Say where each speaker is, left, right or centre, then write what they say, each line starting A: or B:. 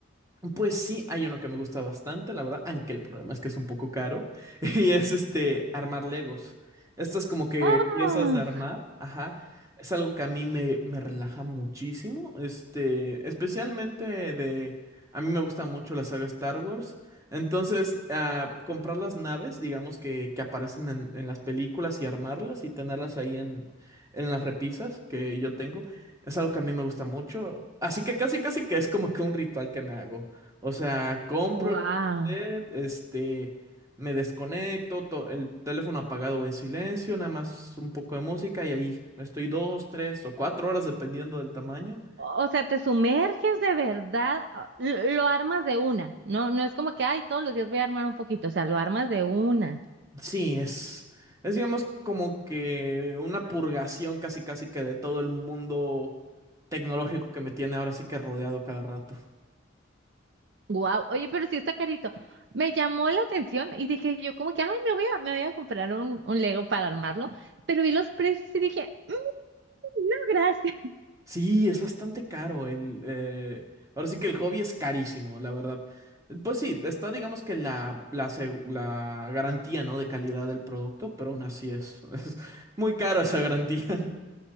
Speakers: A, on the right; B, on the right.
A: Pues sí, hay uno que me gusta bastante, la verdad, aunque el problema es que es un poco caro, <laughs> y es este armar Legos. Estas como que
B: Oh,
A: piezas de armar, ajá, es algo que a mí me, me relaja muchísimo, este, especialmente de, a mí me gusta mucho la saga Star Wars, entonces ah, comprar las naves, digamos que, que aparecen en, en las películas y armarlas y tenerlas ahí en, en las repisas que yo tengo, es algo que a mí me gusta mucho. Así que casi, casi que es como que un ritual que me hago. O sea, compro
B: wow.
A: el set, este, me desconecto, to- el teléfono apagado o en silencio, nada más un poco de música y ahí estoy dos, tres o cuatro horas dependiendo del tamaño.
B: O sea, te sumerges de verdad, ah, lo, lo armas de una. No, no es como que, ay, todos los días voy a armar un poquito. O sea, lo armas de una.
A: Sí, es, es digamos como que una purgación casi casi que de todo el mundo tecnológico que me tiene ahora sí que rodeado a cada rato.
B: Wow. Oye, pero sí está carito. Me llamó la atención y dije yo como que, ay, me voy a, me voy a comprar un, un Lego para armarlo. Pero vi los precios y dije, "Mm, no, gracias.
A: Sí, es bastante caro el. eh, ahora sí que el hobby es carísimo, la verdad. Pues sí, está, digamos que la, la, seg- la garantía, ¿no? De calidad del producto, pero aún así es, <laughs> es muy cara esa garantía. <laughs>